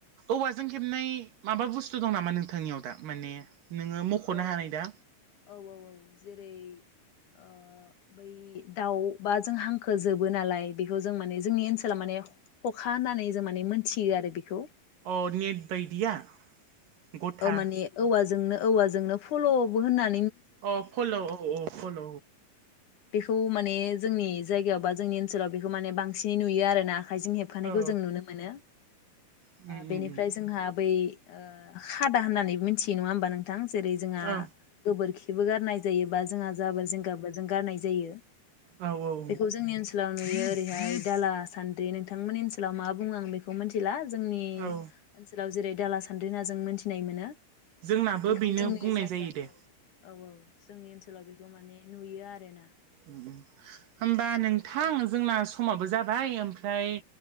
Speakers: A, on the right (about 70°); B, on the left (about 65°).
A: औवाजों हेबनाय नाय माबा बुस्थु दं नामा नोंथांनियाव दा माने नोङो मख'नो
B: औ
A: हानाय दा?
B: औ औ औ जेरै ओ बै दाउ बा जों हांखो जोबो नालाय बेखौ जों माने जोंनि ओनसोला माने ने ख'खा होननानै जों माने मोनथियो आरो बेखौ।
A: अ नेट बायदिया? गथा
B: औ माने औवाजोंनो औवाजोंनो फल'बो होनना
A: अ फल' औ औ फल'
B: बेखौ माने जोंनि जायगायाव बा जोंनि ओनसोलाव बेखौ माने बांसिनै नुयो आरोना? हाइजें हेबखानायखौ
A: औ
B: जों नुनो मोनो।
A: उम उम
B: बेनिफ्राय
A: उम
B: जोंहा बै ओ खादा होननानैबो मिथियो, नङा होमबा नोंथां? जेरै जोंहा
A: औ
B: गोबोरखिबो गारनाय जायो जोंहा जाबोर जेंगाबो जों गारनाय जायो।
A: औ औ
B: बेखौ जोंनि ओनसोलाव नुयो ओरैहाय दाला सान्द्रि नोंथांमोननि ओनसोलाव मा बुङो आं बेखौ मोनथिला जोंनि
A: औ
B: ओनसोलाव जेरै दाला सान्द्रि होनना जों मोनथिनाय मोनो
A: जोंनाबो
B: बेखौ
A: बेनो
B: जोंनि
A: बुंनाय
B: जायगा
A: जायो दे
B: औ औ औ जोंनि ओनसोलाव बेखौ माने नुयो आरो ना।
A: ओम ओम होमबा नोंथां जोंना समाबो जाबाय ओमफ्राय